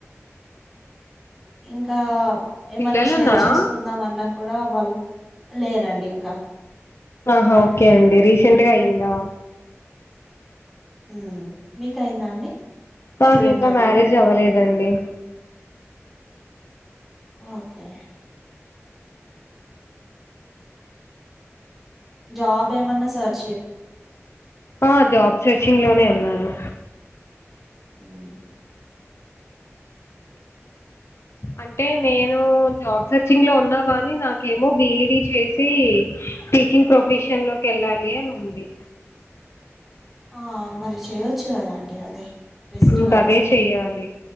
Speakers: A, in the centre; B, on the left.
A: ఇంకా ఏమన్నా
B: పిల్లలు
A: షేర్
B: ఉన్నారా
A: చేసుకుందాం అన్నా కూడా వాళ్ళు లేరండి ఇంకా
B: ఆహా ఓకే అండి రీసెంట్గా అయ్యందా
A: ఉం మీకయిందా అండి
B: నాకు
A: స్టూడెంటా
B: ఇంకా మ్యారేజ్
A: మీరు
B: అవ్వలేదండి
A: ఓకే జాబ్ ఏమన్నా సర్చ్
B: ఆ జాబ్ సెర్చింగ్ లోనే ఉన్నాను
A: అవును
B: అంటే నేను జాబ్ సర్చింగ్ లో ఉన్నా గాని నాకేమో బిఈడి చేసి టీచింగ్ ప్రొఫెషన్ లోకి వెళ్ళాలి అని ఉంది
A: ఆ మరి చేయొచ్చు కదండి అదే బెస్ట్
B: ఇంక
A: కదా
B: అదే చెయ్యాలి